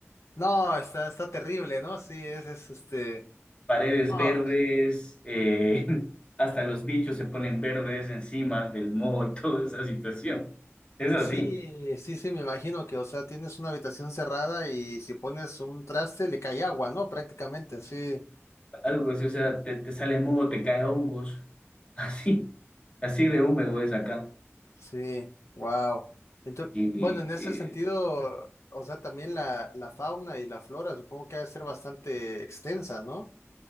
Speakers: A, on the left; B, on the left.
A: No, está, está terrible, ¿no? Sí, es, es este...
B: Paredes
A: No.
B: verdes, eh, <laughs> hasta los bichos se ponen verdes encima del moho y toda esa situación. Es así,
A: Sí, sí, sí, me imagino que, o sea, tienes una habitación cerrada y si pones un traste le cae agua, ¿no? Prácticamente, sí,
B: algo así, o sea, te, te sale moho, te cae hongos, <laughs> así, así de húmedo es acá.
A: sí, wow. Entonces,
B: Y,
A: bueno, en ese
B: eh,
A: sentido, o sea, también la, la fauna y la flora supongo que ha de ser bastante extensa, ¿no?